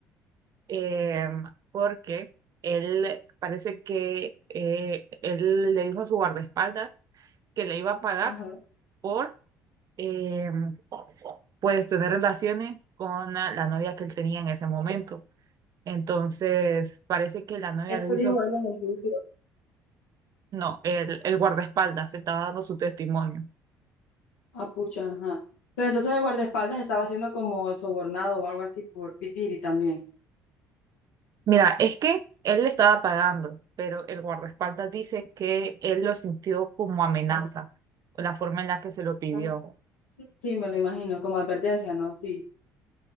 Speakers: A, on the right; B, on the left.
A: eh, porque él, parece que eh, él le dijo a su guardaespaldas que le iba a pagar
B: Ajá.
A: por... em, pues tener relaciones con la, la novia que él tenía en ese momento. Entonces, parece que la novia
B: Eso
A: lo hizo,
B: dijo él en el juicio.
A: no, el, el guardaespaldas estaba dando su testimonio.
B: Ah, pucha, ajá. Pero entonces el guardaespaldas estaba siendo como sobornado o algo así por Pitiri también.
A: Mira, es que él le estaba pagando, pero el guardaespaldas dice que él lo sintió como amenaza, o la forma en la que se lo pidió.
B: Ah, sí. Sí, me lo imagino, como advertencia, ¿no? Sí.